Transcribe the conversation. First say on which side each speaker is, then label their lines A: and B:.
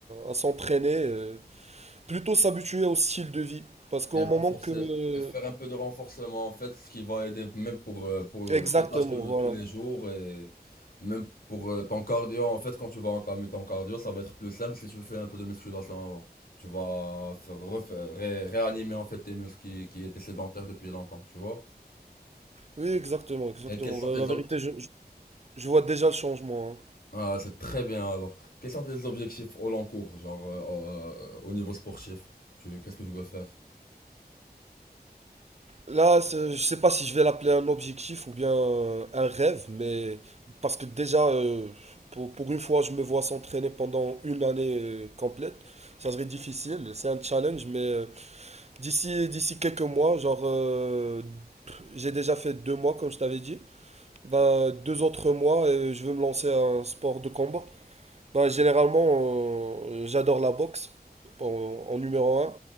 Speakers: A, on the right; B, on the left.
A: à s'entraîner, euh, plutôt s'habituer au style de vie. Parce qu'au
B: Et renforcer,
A: moment que,
B: et faire un peu de renforcement en fait, ce qui va aider même pour, euh, pour euh,
A: Exactement,
B: tes tâches de
A: voilà.
B: tous les jours et même pour euh, ton cardio en fait, quand tu vas entamer ton cardio, ça va être plus simple si tu fais un peu de musculation avant. Tu vas faire, refaire- ré- réanimer en fait tes muscles qui, qui étaient sédentaires depuis longtemps, tu vois.
A: Oui, exactement, exactement.
B: Et quels sont
A: Voilà,
B: tes
A: La vérité,
B: ob-
A: je, je- je vois déjà le changement. hein.
B: Ah, c'est très bien alors. Quels sont tes objectifs au long cours, genre euh, euh, au niveau sportif? Tu, qu'est-ce que tu veux faire?
A: Là, c'est- je sais pas si je vais l'appeler un objectif ou bien euh, un rêve, mais parce que déjà, euh, pour, pour une fois, je me vois s'entraîner pendant une année euh, complète. Ça serait difficile, c'est un challenge, mais euh, d'ici d'ici quelques mois, genre, euh, j'ai déjà fait deux mois, comme je t'avais dit. Bah, deux autres mois, et je veux me lancer à un sport de combat. Bah, généralement, euh, j'adore la boxe en, en numéro 1.